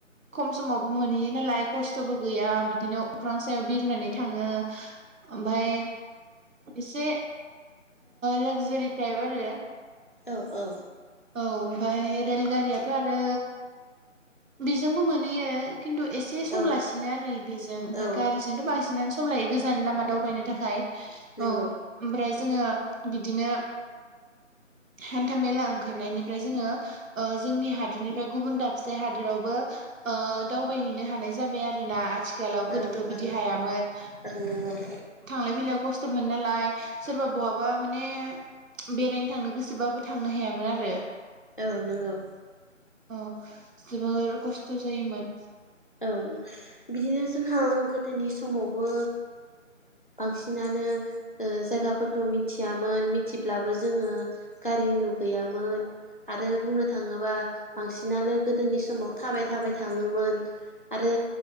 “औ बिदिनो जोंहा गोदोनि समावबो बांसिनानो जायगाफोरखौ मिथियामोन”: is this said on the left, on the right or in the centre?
Left